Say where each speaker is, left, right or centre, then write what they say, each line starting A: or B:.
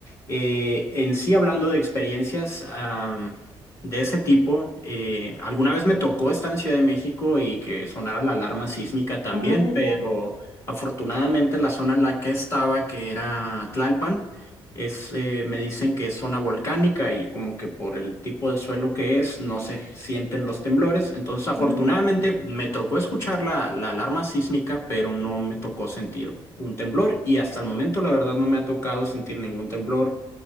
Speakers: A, on the left; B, on the left.
A: eh, en sí hablando de experiencias am, de ese tipo, eh, alguna vez me tocó estar en Ciudad de México y que sonara la alarma sísmica también,
B: Ah,
A: pero
B: ya.
A: afortunadamente la zona en la que estaba, que era Tlalpan, es, eh, me dicen que es zona volcánica y como que por el tipo de suelo que es no se sienten los temblores. Entonces, afortunadamente
B: Mm,
A: me tocó escuchar la, la alarma sísmica, pero no me tocó sentir un temblor y hasta el momento la verdad no me ha tocado sentir ningún temblor